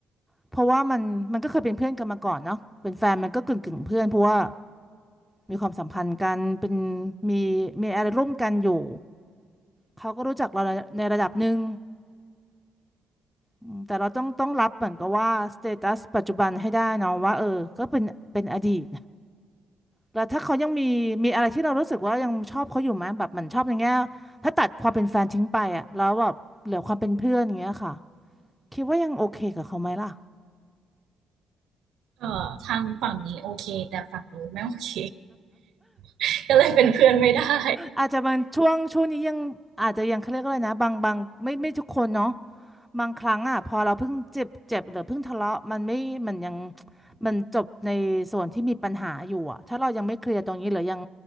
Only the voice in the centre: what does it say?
เพราะว่ามันมันก็เคยเป็นเพื่อนกันมาก่อนเนาะเป็นแฟนมันก็กึ่งกึ่งเพื่อนเพราะว่ามีความสัมพันธ์กันเป็นมีมีอะไรร่วมกันอยู่ เขาก็รู้จักเราในในระดับหนึ่งอืมแต่เราต้องต้องรับเหมือนกับว่าสเตตัสปัจจุบันให้ได้เนาะว่าเออก็เป็นเป็นอดีตแล้วถ้าเขายังมีมีอะไรที่เรารู้สึกว่ายังชอบเขาอยู่ไหมแบบเหมันชอบอย่างเงี้ยถ้าตัดความเป็นแฟนทิ้งไปอ่ะแล้วแบบเหลือความเป็นเพื่อนอย่างเงี้ยค่ะคิดว่ายังโอเคกับเขาไหมล่ะ
อาจจะมันช่วงช่วงนี้ยังอาจจะยังเขาเรียกว่าอะไรนะบางบางไม่ไม่ทุกคนเนาะ บางครั้งอ่ะพอเราเพิ่งเจ็บเจ็บหรือเพิ่งทะเลาะมันไม่มันยังมันจบในส่วนที่มีปัญหาอยู่อ่ะถ้าเรายังไม่เคลียร์ตรงนี้หรือยัง